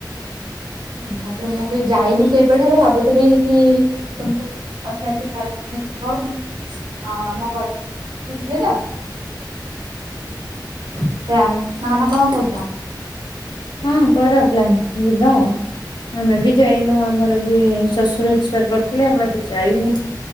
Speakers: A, on the right (about 85°); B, on the left (about 75°).
A: ହୁଁ ତାପରେ ମୁଁ ବି ଯାଇନି କେବେଠାରୁ ଭାବୁଥିଲି କି ତମକୁ ପଚାରିବି କହିବି। ଯିବ, ଆଉ ତମ ଘରେ ସମସ୍ତେ ଯିବେ ତ? ସେମ ନା ନା କଣ କହୁଛ?
B: ହଁ କର ପ୍ଲାନ୍ ଯିବା ଆଉ। ଆମେ ବି ଯାଇନୁ ଆମର ବି ଶଶୁର ଏକ୍ସପାର କରିଥିଲେ ଆମେ ବି ଯାଇନୁ।